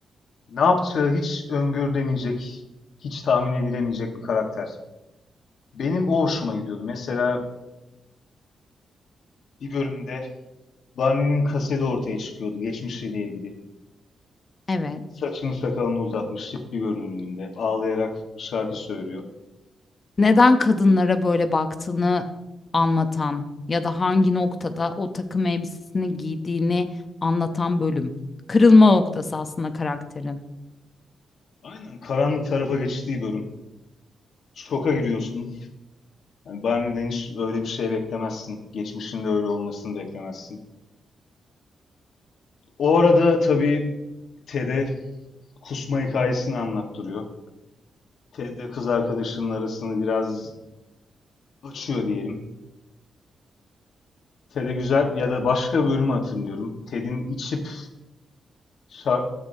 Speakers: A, on the left; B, on the left.
A: Ne yapacağı hiç öngörülemeyecek, hiç tahmin edilemeyecek bir karakter. Benim o hoşuma gidiyordu. Mesela bir bölümde Barney'nin kaseti ortaya çıkıyordu geçmişiyle ilgili.
B: Evet.
A: Saçını sakalını uzatmış, şık bir görünümünde. Ağlayarak bir şarkı söylüyor.
B: neden kadınlara böyle baktığını anlatan ya da hangi noktada o takım elbisesini giydiğini anlatan bölüm. Kırılma
A: Aynen.
B: noktası aslında karakterin.
A: Aynen. Karanlık tarafa geçtiği bölüm. Şoka giriyorsun. Yani Barney'den hiç öyle bir şey beklemezsin. Geçmişinde öyle olmasını beklemezsin. O arada tabii Ted'e kusma hikayesini anlattırıyor. Ted de kız arkadaşının arasını biraz açıyor diyelim. Ted'e güzel ya da başka bölümü hatırlıyorum. Ted'in içip Şa-